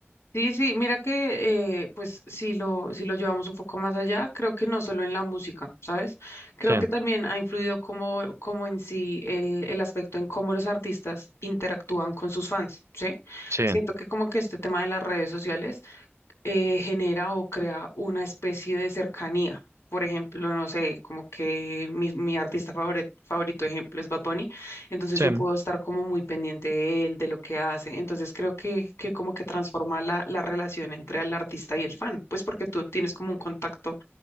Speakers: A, on the left; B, on the right.
A: Sí, sí, mira que eh, pues si lo, si lo llevamos un poco más allá, creo que no solo en la música, ¿sabes? Creo
B: Sí,
A: que también ha influido como, como en sí el, el aspecto en cómo los artistas interactúan con sus fans, ¿sí?
B: sí,
A: Siento que como que este tema de las redes sociales eh, genera o crea una especie de cercanía. Por ejemplo, no sé, como que mi, mi artista favore- favorito, ejemplo, es Bad Bunny, entonces
B: sí,
A: yo puedo estar como muy pendiente de él, de lo que hace. Entonces creo que, que como que transforma la, la relación entre el artista y el fan, pues porque tú tienes como un contacto